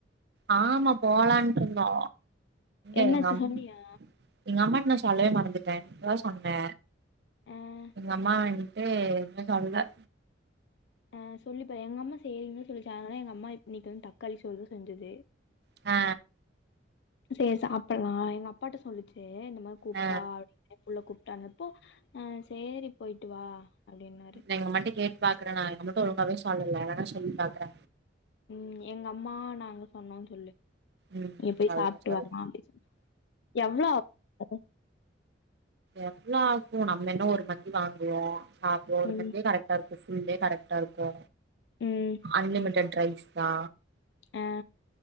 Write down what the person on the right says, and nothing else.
ஆமா போலான்ட்டு இருந்தோ
எங்க அம்
எங்க அம்மாகிட்ட நா சொல்லவே மறந்துட்டே இப்பதா சொன்ன
எங்க அம்மா வன்ட்டு எதுமே சொல்ல
ஆ
ஆ
எங்க அம்மாட்ட கேட்டு பாக்கற நா அம்மாட ஒழுங்காவவே சொல்லல சொல்லி பாக்கற
ம்
சொல்றே
சொல்றே
எவ்ளோ ஆகு நம்ம என்ன ஒரு மந்தி வாங்குவோ சாப்டுவோ ஒரு
மந்தியே கரெக் எல்லாருக்கு ஃபுல் டே கரெக்டா இருக்கு
அன்லிமிடட் ரைஸ் தா